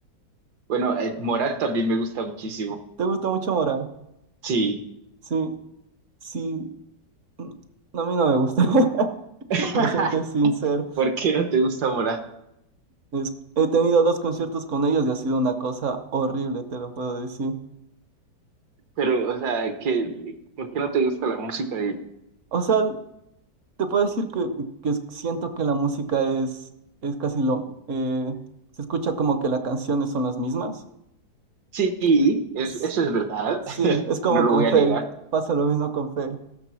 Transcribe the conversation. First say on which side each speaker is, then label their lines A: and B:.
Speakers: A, on the right (about 70°); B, on the right (about 55°).
A: Bueno, eh, Morat también me gusta muchísimo.
B: ¿Te gusta mucho Morad?
A: Sí.
B: Sí, sí. mm, no, A mí no me gusta, <laughs>
A: <laughs>
B: para serte sincero.
A: ¿Por qué no te gusta Morat?
B: Es- he tenido dos conciertos con ellos y ha sido una cosa horrible, te lo puedo decir.
A: Pero, o sea, que ¿por qué no te gusta la música?
B: O sea, Te puedo decir que, que es- siento que la música es, es casi lo... eh, se escucha como que las canciones son las mismas.
A: Sí, es-
B: S-
A: eso es verdad,
B: Sí,
A: <laughs>
B: es como
A: no lo
B: con
A: voy a
B: Fate.
A: negar.
B: Pasa lo mismo con Fate.